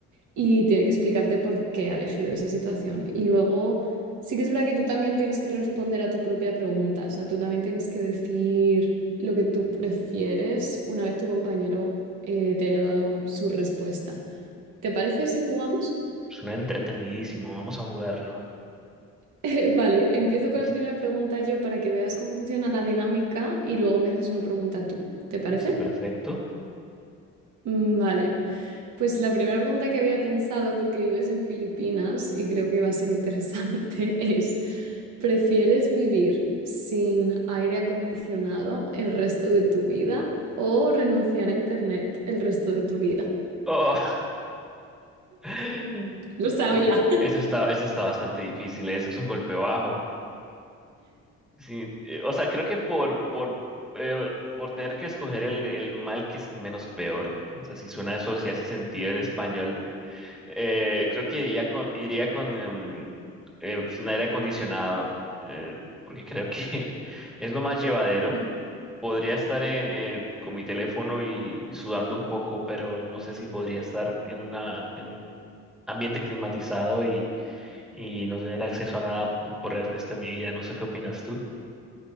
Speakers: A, on the right; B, in the centre.
A: y tiene que explicarte por qué ha elegido esa situación. Y luego, sí que es verdad que tú también tienes que responder a tu propia pregunta, o sea, tú también tienes que decir lo que tú prefieres una vez tu compañero eh, te haya dado su respuesta. ¿Te parece si jugamos? <laughs>
B: Suena entretenidísimo, vamos a jugarlo.
A: Eh, vale, empiezo con
B: Listo,
A: la primera pregunta yo para que veas cómo funciona la dinámica y luego me haces una pregunta tú. ¿Te parece?
B: listo, perfecto.
A: Mm, Vale, Pues la primera pregunta que había pensado, porque vives en Filipinas y creo que va a ser interesante, <laughs> es, ¿prefieres vivir sin aire acondicionado el resto de tu vida o renunciar a internet el resto de tu vida?
B: Oh. <laughs>
A: Lo sabía.
B: Uy, eso está, eso está bastante difícil, ese es un golpe bajo. Sí, eh, o sea, creo que por, por, eh, por tener que escoger el, el mal que es menos peor, o sea, si suena eso, si hace sentido en español Eh, creo que iría con, iría con em, eh, sin aire acondicionado, eh, porque creo que <laughs> es lo más llevadero.
A: <laughs>
B: Podría estar en, en- con mi teléfono y sudando un poco, pero no sé si podría estar en una, en un ambiente climatizado y, y no tener acceso a nada por el resto de mi vida. No sé qué opinas tú.